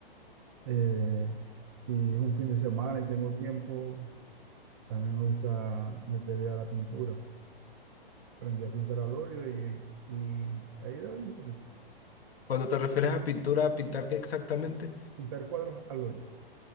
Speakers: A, on the right; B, on the left.
A: Eh, si es un fin de semana y tengo tiempo. También me gusta meterle a la pintura. Aprendí a pintar al óleo y, y ahí le doy un poquito.
B: Cuando te refieres a pintura, ¿a pintar qué exactamente?
A: Pintar cuadros al óleo.